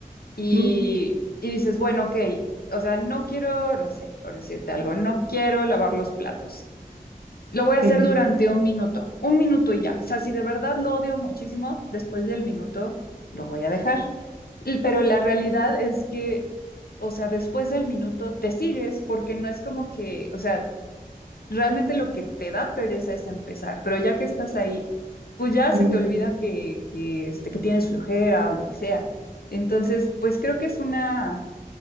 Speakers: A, on the left (about 80°); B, on the right (about 75°).
A: y,
B: ujú,
A: y dices, bueno, ok, o sea, no quiero, no sé, por decirte algo, no quiero lavar los platos. Lo voy a hacer
B: Sí,
A: durante un minuto, un minuto y ya. O sea, si de verdad lo odio muchísimo, después del minuto lo voy a dejar. Y- Pero la realidad es que, o sea, después del minuto te sigues porque no es como que, o sea, realmente lo que te da pereza es empezar, pero ya que estás ahí, pues ya
B: ujú.
A: se te olvida que, que, este, que tienes flojera o lo que sea. Entonces, pues creo que es una,